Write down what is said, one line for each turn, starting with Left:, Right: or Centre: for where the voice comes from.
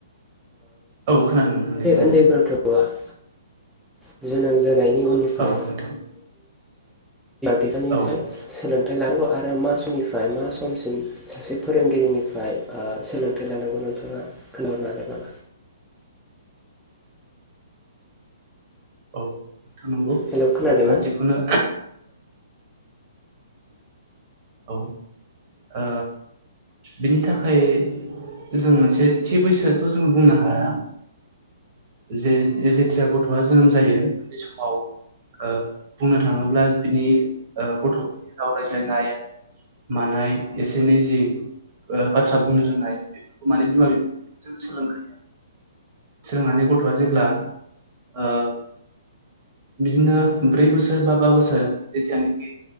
Right: औ खोनादों नोंथां दे बुंनाय?
Centre: उन्दै गथ'आ ओ जोनोम जानायनि उननिफ्राय
Right: औ नोंथां।
Centre: बि फाननिफ्राय
Right: औ
Centre: सोलोंथाइ लानांगौ आरो मा समनिफ्राय मा समसिम सासे फोरोंगिरिनिफ्राय सोलोंथाइ लानांगौ नोंथाङा
Right: <unintelligible>
Centre: खोन्थाहरनो हागोन नामा?
Right: औ नंगौ
Centre: हेलौ खोनादोंना?
Right: आ जिखौनो औ आ बिनि थाखाय जों मोनसे थि बैसोथ' जों बुंनो हाया जे जेथिया गथ'आ जोनोम जायो उन्दै समाव ओ बुंनो थाङोब्ला बिनि ओ गथ'फोरनि राव रायज्लायनाय मानाय एसे एनै जि बाथ्रा बुंनो रोंनाय बेफोरखौ माने बिमा बिफा जों सोलोंखायो आरो। सोलोंनानै गथ'आ जेब्ला ओ बिदिनो ब्रै बोसोर बा बा बोसोर जथियानोखि